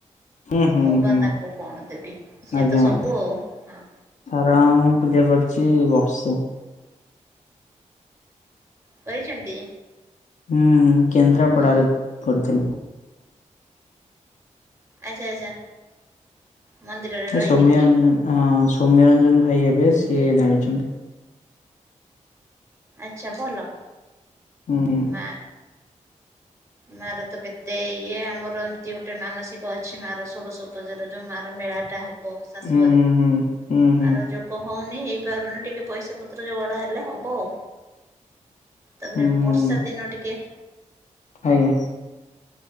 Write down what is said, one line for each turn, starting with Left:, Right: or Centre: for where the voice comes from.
Left: ହୁଁ ହୁଁ
Right: ମୁଁ ବା
Left: ହୁଁ
Right: ତାଙ୍କୁ କଣ ଦେବି, ସିଏ
Left: ଆଜ୍ଞା
Right: ତ ସବୁ
Left: ଆଜ୍ଞା।
Right: ଆଉ ହଁ।
Left: ସାରଳା ମାଙ୍କୁ ମୁଁ ପୂଜା କରିଛି ବର୍ଷେ।
Right: କରିଛନ୍ତି?
Left: ହୁଁ କେନ୍ଦ୍ରାପଡାରେ
Right: ହୁଁ
Left: କରୁଥିଲି।
Right: ଆଚ୍ଛା ଆଚ୍ଛା। ମନ୍ଦିରରେ ରହିକି
Left: ଏ ସୌମ୍ୟ
Right: ନାଇଁ
Left: ସୌମ୍ୟରଞ୍ଜନ ଭାଇ ହେବେ ସିଏ ଜାଣିଛନ୍ତି।
Right: ଆଚ୍ଛା ଭଲ।
Left: ହୁଁ।
Right: ମା ମାର ତ କେତେ ଇଏ ଆମର ଏମତି ଗୋଟେ ମାନସିକ ଅଛି, ମା ର ଷୋଡଶ ଉପଚାର ଯୋଉ ମା ର ମେଳାଟା ହବ ଶାଶୁଘରେ,
Left: ହୁଁ ହୁଁ ହୁଁ ହୁଁ
Right: ମା ର ଯୋଗ ହଉନି ହେଇପାରୁନି ଟିକେ ପଇସା ପତ୍ର ଯୋଗାଡ଼ ହେଲେ ହବ ଆଉ। ତାପରେ
Left: ହୁଁ
Right: ଏବେ
Left: ହୁଁ
Right: ବର୍ଷା ଦିନ ଟିକେ
Left: ଆଜ୍ଞା